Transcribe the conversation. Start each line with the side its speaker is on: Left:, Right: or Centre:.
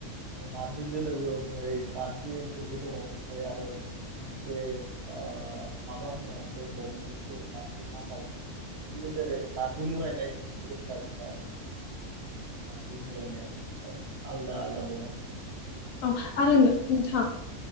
Right: नारजि दोलोबो बुंनाय जायो नारजि ओंख्रिबो दंङ ओमफाय आरो मोनसे आह माबा होनना बुंबावोमोन बेखौ नारजि मा होनना बुंङोमोन बेबायदि आरो नारजि मुरायनाय होनबो होनना बुंङो आरो नारजि मुरायनाय दा आलदा आलदा दंङ।
Left: औ आरो नोंथां